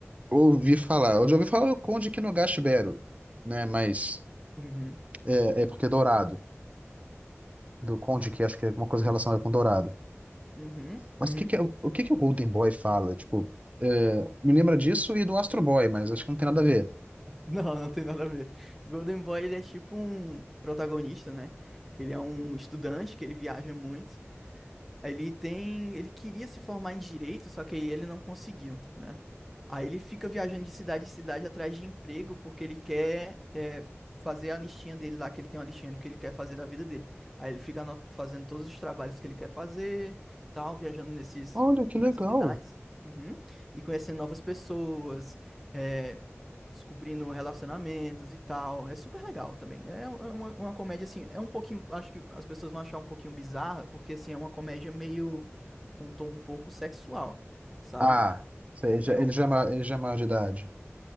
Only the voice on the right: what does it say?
ouvi falar. Eu já ouvi falar do Conde Kinogashibero, né? Mas
é, é porque é dourado. do Conde, que acho que é alguma coisa relacionada com Dourado.
Mas
o que que é, o que que o Golden Boy fala? Tipo, é, me lembra disso e do Astro Boy, mas acho que não tem nada a ver.
Olha, que
legal.
Ah, ele já,
ele
já,
é ma- ele já é maior de idade.